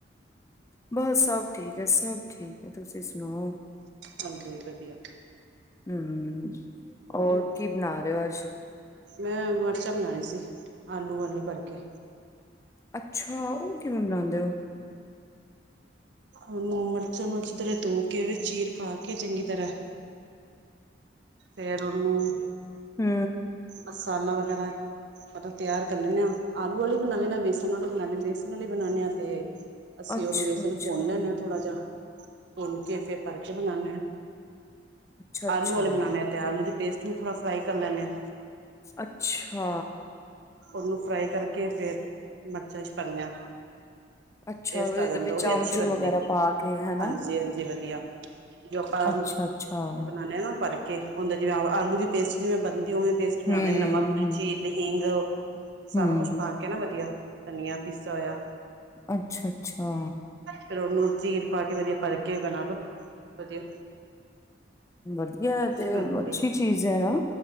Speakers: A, on the left; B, on the right.
A: ਬ ਸਭ ਠੀਕ ਹੈ ਸਭ ਠੀਕ ਹੈ, ਤੁਸੀਂ ਸੁਣਾਓ?
B: ਹਾਂਜੀ ਵਧੀਆ।
A: ਹੂੰ
B: ਹੋ
A: ਔਰ
B: ਗਿਆ
A: ਕੀ ਬਣਾ ਰਹੇ ਹੋ ਅੱਜ?
B: ਮੈਂ ਮਰਚਾਂ ਬਣਾਰੀ ਸੀ ਆਲੂ ਆਲੀ ਪਾਰ ਕੇ।
A: ਅੱਛਾ ਉਹ ਕਿਵੇਂ ਬਣਾਦੇ ਔ?
B: ਅ ਨੂੰ ਮਿਰਚਾਂ ਨੂੰ ਅੱਛੀ ਤਰ੍ਹਾਂ ਤੋ ਕੇ ਵੀਚ ਚੀਰ ਪਾ ਕੇ ਚੰਗੀ ਤਰ੍ਹੈ। ਫੇਰ ਉਹਨੂੰ
A: ਹੁੰ,
B: ਮਸਾਲਾ ਵਗੈਰਾ ਮਤਲਬ ਤਿਆਰ ਕਰ ਲੈਂਣੇ ਆ ਆਲੂ ਵਾਲੀ ਬਣਾ ਲੈਂਣੇ ਆ ਬੇਸਣ ਵਾਲੀ ਬਣਾ ਲ ਬੇਸਣ ਵਾਲੀ ਬਣਾਦੇ ਹਾਂ ਤੇ ਅਸੀਂ
A: ਅੱਛਾ
B: ਉਹਨੂੰ ਵੇਸਨ
A: ਅੱਛਾ
B: ਭੁੰਨ ਲੈਂਨੈ ਥੋੜਾ ਜਾ ਭੁੰਨ ਕੇ ਫੇਰ ਪਰ ਕੇ ਬਣਾਣੈ।
A: ਅੱਛਾ ਅੱਛਾ
B: ਆਲੂ ਵਾਲੇ ਬਣਾਨਣੇ ਆ ਤੇ ਆਲੂ ਦੀ ਪੇਸਟ ਨੂੰ ਥੋੜ੍ਹਾ ਫਰਾਈ ਕਰ ਲੈਣੇ ਆ।
A: ਅੱਛਾ।
B: ਉਹਨੂੰ ਫਰਾਈ ਕਰਕੇ ਫੇਰ ਮਰਚਾਂ ਚ ਪਰਨੇਆ।
A: ਅੱਛਾ
B: ਟਸਟ ਆ
A: ਉਹਦੇ
B: ਜਾਂਦਾ
A: ਵਿੱਚ
B: ਉਹ ਵੀ
A: ਆਮਚੂਰ
B: ਅੱਛੀ ਬਣਦੀ
A: ਵਗੈਰਾ ਪਾ ਕੇ ਹਨਾ
B: ਹਾਂਜੀ-ਹਾਂਜੀ ਵਧੀਆ। ਜੋ ਆਪਾਂ
A: ਅੱਛਾ
B: ਉਹ
A: ਅੱਛਾ ਹਮ
B: ਬਣਾਣੇ ਆ ਨਾ ਪਾਰ ਕੇ ਉਹਦਾ ਜਿਵੇਂ ਆਲੂ ਦੀ ਪੇਸਟ ਜਿਵੇਂ ਬਣਦੀ ੳਵੇਂ ਪੇਸਟ ਬਣਾਣੇ
A: ਹਮ
B: ਨਮਕ, ਮਿਰਚੀ, ਲਹਿੰਗ ਸਾਰਾ
A: ਹਮ
B: ਕੁਛ ਪਾ ਕੇ ਨਾ ਵਧੀਆ ਧਨੀਆ ਪੀਸਾ ਹੋਇਆ।
A: ਅੱਛਾ-ਅੱਛਾ
B: ਫੇਰ ਉਹਨੂੰ ਚੀਰ ਪਾ ਕੇ ਵਧੀਆ ਪਕੇ ਬਣਾ ਦੋ ਵਧੀਆ।
A: ਵਧੀਆ ਹੈ,
B: ਅੱਛੀ
A: ਤੇ
B: ਬਾਂਦੀ
A: ਅੱਛੀ ਚੀਜ਼ ਹੈ ਨਾ